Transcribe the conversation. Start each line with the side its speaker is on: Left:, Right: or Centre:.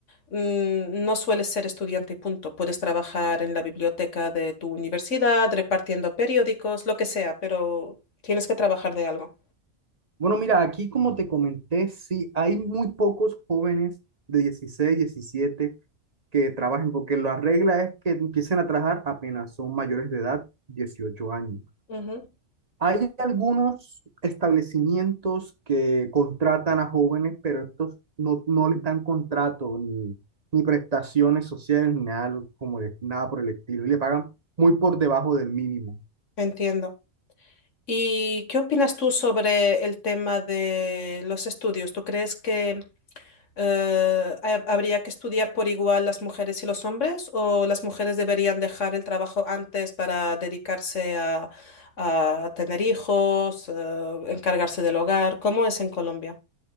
Left: mm, no sueles ser estudiante y punto. Puedes trabajar en la biblioteca de tu universidad, repartiendo periódicos, lo que sea, pero tienes que trabajar de algo.
Right: Bueno, mira, aquí como te comenté, sí, hay muy pocos jóvenes de 16, 17 que trabajen, porque la regla es que empiecen a trabajar apenas son mayores de edad, 18 años.
Left: Ujú,
Right: Hay algunos establecimientos que contratan a jóvenes, pero estos no, no les dan contrato ni, ni prestaciones sociales ni nada, lo- como de- nada por el estilo, y le pagan muy por debajo del mínimo.
Left: Entiendo. ¿Y qué opinas tú sobre el tema de los estudios? ¿Tú crees que Eh, ¿ha- ¿habría que estudiar por igual las mujeres y los hombres o las mujeres deberían dejar el trabajo antes para dedicarse a, a tener hijos, eh, encargarse del hogar? ¿Cómo es en Colombia?